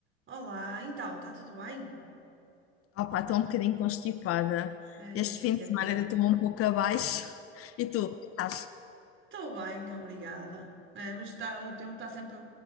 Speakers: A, on the right; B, on the left.
A: Olá, então, está tudo bem?
B: Opa, estou um bocadinho constipada.
A: É,
B: Este
A: isso
B: fim
A: é que
B: de
A: é
B: semana
A: pior.
B: ainda estou um pouco abaixo. <laughs> E tu, estás?
A: Estou bem, obrigada. É, mas está, o tempo está sempre,